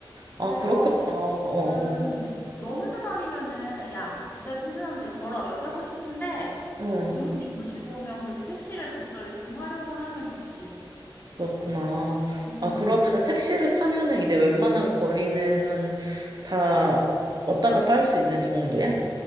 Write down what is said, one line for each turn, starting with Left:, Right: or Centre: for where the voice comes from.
Left: 그래서
Right: 아, 그렇겠다. 어,
Left: 음,
Right: 어.
Left: 너 혼자 다니면은 야, 두 다리 튼튼한데 걸어 이렇게 하고 싶은데
Right: 응,
Left: 부모님 모시고 오면 그래도 택시를 적절히 좀 활용을 하면 좋지.
Right: 그렇구나.
Left: 음.
Right: 아, 그러면은 택시를 타면은 이제 웬만한 거리는 한, 다 왔다 갔다 할 수 있는 정도야?